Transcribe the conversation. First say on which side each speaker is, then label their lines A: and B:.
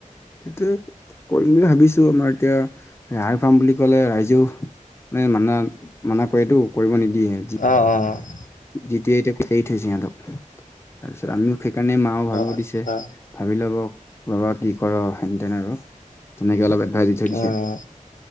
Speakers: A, on the left; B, on the left.
A: সেইটোৱে। কৰিম বুলি ভাবিছো আমাৰ এতিয়া হাৰ ফাৰ্ম বুলি কলে ৰাইজেও মানে মানা মানা কৰেটো কৰিব নিদিয়ে যি
B: অ অ অ।
A: যেতিয়াই এতিয়া এৰি থৈছে সিহঁতক তাৰপিছত আমিও সেইকাৰণে মাও ভাবিও
B: আচ্ছা
A: দিছে। ভাবি ল'ব ল'বা কি কৰ হেনতেন আৰু তেনেকে অলপ এডভাইচ দি থৈ দিছে
B: অ',